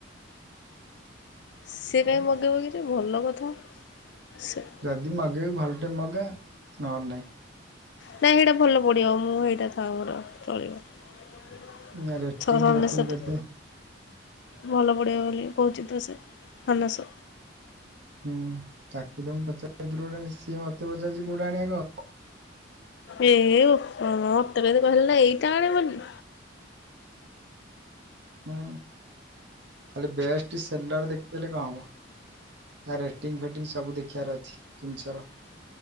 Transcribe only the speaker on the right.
ଯଦି ମଗେଇବୁ ଭଲଟେ ମଗା ନହେନ ନାଇଁ।
ନାଇଁ ରେଟିଂ ଦେଖିବୁ କେତେ
ହୁଁ ତାକୁ ତ ମୁଁ ପଚାରିଥିଲି ସେଇଥିରୁ ଗୋଟେ ସିଏ ମତେ ପଚାରୁଚି କୋଉଟି ଆଣିବା କହ।
ହୁଁ ଖାଲି ବେଷ୍ଟ ସେଲର ଦେଖି ଦେଲେ କଣ ହବ? ତା ରେଟିଙ୍ଗ ଫେଟିଙ୍ଗ ସବୁ ଦେଖିବାର ଅଛି ଜିନଷର।